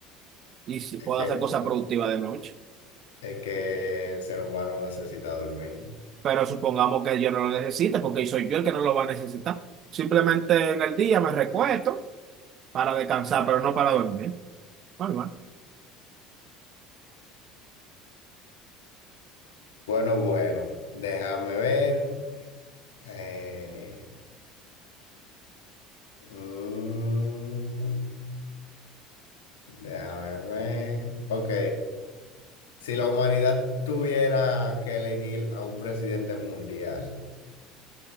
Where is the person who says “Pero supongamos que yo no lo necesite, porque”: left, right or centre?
Right